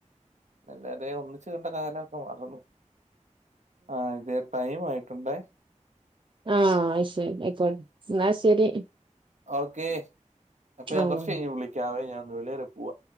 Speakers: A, on the right (about 65°); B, on the right (about 40°).
A: എല്ലാരെ ഒന്നിച്ച് ണ്ട കാലൊക്കെ മറന്നു ആ ഇതേ ടൈം ആയിട്ടുണ്ടേ
B: ആ അശെരി അയ്ക്കോട്ടെ ന്നാ ശെരി
A: ഓക്കെ അപ്പൊ ഞാൻ
B: ആഹ്
A: കൊറച്ച് കഴിഞ്ഞ് വിളിക്കാവേ ഞാൻ <unintelligible> പോവാ